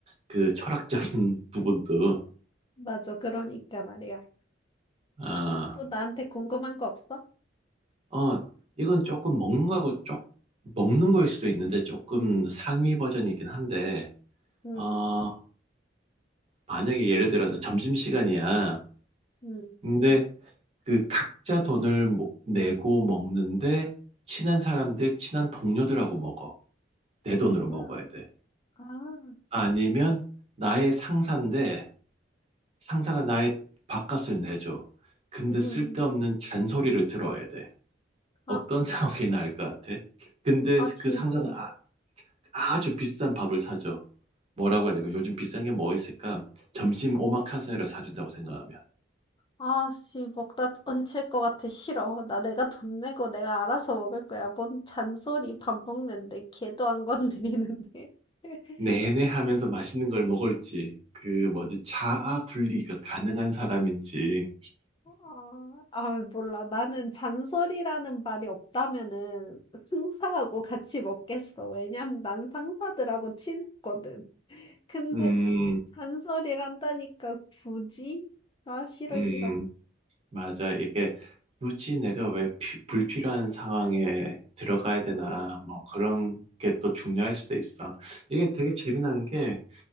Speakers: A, on the right (about 35°); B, on the left (about 25°).
A: 그 철학적인 <laughs> 부분도.
B: 맞아. 그러니까 말이야.
A: 아
B: 또 나한테 궁금한 거 없어?
A: 어 이건 조금 먹는 거하고 쪽 먹는 거일 수도 있는데 조금 상위 버전이긴 한데
B: 응,
A: 어 만약에 예를 들어서 점심시간이야.
B: 응,
A: 근데 그 각자 돈을 모 내고 먹는데 친한 사람들 친한 동료들하고 먹어. 내 돈으로
B: 아,
A: 먹어야 돼.
B: 아,
A: 아니면 나의 상사인데 상사가 나의 밥값을 내줘. 근데
B: 응.
A: 쓸데없는 잔소리를 들어야 돼.
B: 아,
A: 어떤 <laughs> 상황이 나을 것 같아? 근데
B: 아, 진짜.
A: 그 상사는 아, 주 비싼 밥을 사줘. 뭐라고 해야 될까? 요즘 비싼 게 뭐 있을까? 점심 오마카세를 사준다고 생각하면.
B: 아, 씨, 먹다 얹힐 것 같아. 싫어. 나 내가 돈 내고 내가 알아서 먹을 거야. 뭔 잔소리 밥 먹는데. 걔도 안 건드리는데. <laughs>
A: 내내 하면서 맛있는 걸 먹을지, 그 뭐지, 자아 분리가 가능한 사람인지,
B: 아, 아, 몰라. 나는 잔소리라는 말이 없다면은 상사하고 같이 먹겠어. 왜냐면 난 상사들하고 친했거든. 근데
A: 음,
B: <laughs> 잔소리를 한다니까 굳이? 아, 싫어,
A: 음,
B: 싫어.
A: 맞아. 이게 굳이 내가 왜 피- 불필요한 상황에 들어가야 되나,
B: 응.
A: 뭐 그런 게 또 중요할 수도 있어. 이게 되게 재미난 게